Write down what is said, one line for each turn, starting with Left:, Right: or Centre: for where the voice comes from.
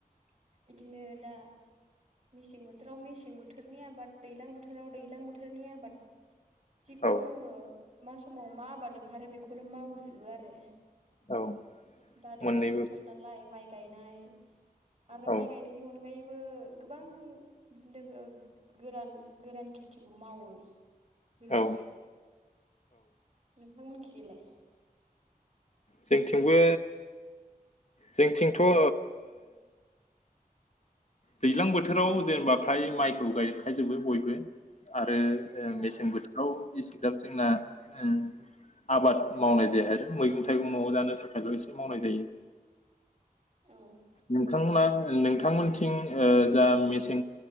Right: इदिनो दा मेसें बोथोराव मेसें बोथोरनि आबाद दैलां बोथोराव दैलां बोथोरनि आबाद जिखुनु
Left: औ
Right: मा समाव मा आबाद ओंखारो बेखौनो मावजोबो आरो
Left: औ
Right: दा दैलां
Left: मोननैबो
Right: बोथोर नालाय माइ गायनाय आरो
Left: औ
Right: माइ गायनायनि अनगायै बो गोबां <unintelligible> गोरान गोरान खेथिबो मावो जोंखिजाय
Left: औ
Right: नोंथांमोनखिजायलाय
Left: जोंनिथिंबो जोंथिंथ' ओ दैज्लां बोथोराव जेनेबा फ्राय माइखौ गायखाजोबो बयबो आ रो ओ
Right: औ
Left: मेसें बोथोराव एसेग्राब जोंना ओ आबाद मावनाय जाया आरो मैगं थाइगं न'आव जानो थाखायल' एसे मावनाय जायो
Right: औ
Left: नोंथांमोना नोंथांमोनथिं ओ जा मेसें